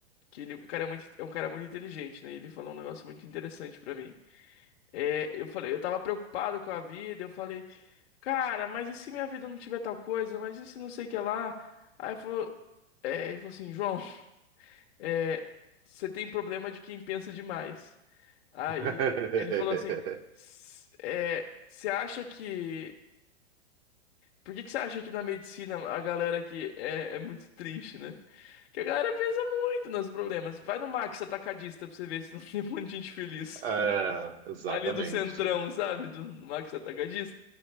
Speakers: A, on the left; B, on the right.
A: que ele é um cara muito, é um cara muito inteligente, né? Ele falou um negócio muito interessante pra mim. É, eu falei, eu tava preocupado com a vida, eu falei, cara, mas e se minha vida não tiver tal coisa? Mas e se não sei o que lá? Aí ele falou, é, ele falou assim, João. é, você tem problema de quem pensa demais. Aí
B: <laughs>
A: ele falou assim, "S- é, você acha que... Por que que você acha que na medicina a galera aqui é, é muito triste, né? Que a galera pensa muito nos problemas. Vai no Max Atacadista pra você ver se não <laughs> tem um monte de gente feliz.
B: É, exatamente.
A: Ali do centrão, sabe? Do Max Atacadista.